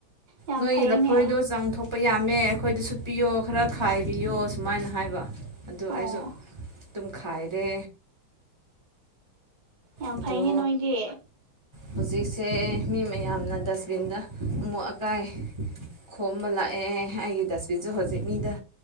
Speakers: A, on the right; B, on the right.
A: ꯌꯥꯝ
B: ꯅꯣꯏꯒꯤ
A: ꯐꯩꯅꯦ
B: ꯂꯐꯣꯏꯗꯣ ꯆꯥꯡꯊꯣꯛ ꯄ ꯌꯥꯝꯃꯦ ꯑꯩꯈꯣꯏꯗꯁꯨ ꯄꯤꯌꯣ ꯈꯔ ꯈꯥꯏꯕꯤꯌꯣ ꯁꯨꯃꯥꯏꯅ ꯍꯥꯏꯕ ꯑꯗꯨ
A: ꯑꯣ
B: ꯑꯩꯁꯨ ꯇꯨꯝꯈꯥꯏꯔꯦ
A: ꯌꯥꯝ
B: ꯑꯗꯣ
A: ꯐꯩꯅꯦ ꯅꯣꯏꯗꯤ
B: ꯍꯧꯖꯤꯛꯁꯦ ꯃꯤ ꯃꯌꯥꯝꯅ ꯗꯁꯕꯤꯟꯗ ꯑꯃꯣꯠ ꯑꯀꯥꯏ ꯈꯣꯝꯕ ꯂꯥꯛꯑꯦ ꯑꯩꯒꯤ ꯗꯁꯕꯤꯟꯁꯨ ꯍꯧꯖꯤꯛ ꯃꯤꯗ